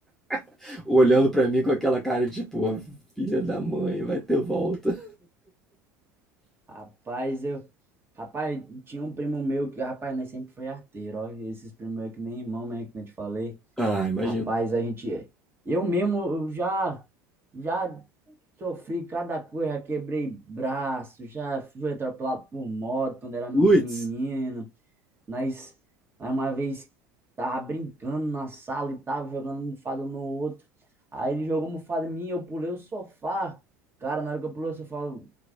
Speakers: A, in the centre; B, on the right.
A: <laughs> olhando para mim com aquela cara de tipo, "Ô, filha da mãe, vai ter volta.
B: Rapaz, eu. Rapaz, tinha um primo meu que, rapaz, nós sempre foi arteiro, ó. Esses primos meus que nem irmão mesmo, que nem te falei.
A: Ah, imagino.
B: Rapaz, a gente. Eu mesmo, eu já. Já sofri cada coisa, já quebrei braço, já fui atropelado por moto quando era
A: Putz,
B: menino. Nós, nós uma vez tava brincando na sala e tava jogando mofada um no outro. Aí ele jogou mofada em mim, eu pulei o sofá. Cara, na hora que eu pulei o sofá, eu